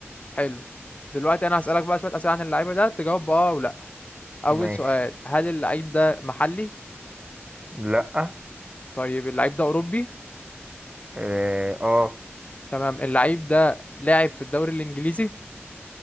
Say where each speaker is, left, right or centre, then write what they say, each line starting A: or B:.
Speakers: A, on the left; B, on the right.
A: حلو دلوقتي انا هسالك بقى شويه اسئله عن اللعيبه ده تجاوب باه ولا اول
B: ماشي
A: سؤال هل اللعيب ده محلي
B: لأ
A: طيب اللعيب ده اوروبي
B: آه آه
A: تمام اللعيب ده لاعب في الدوري الانجليزي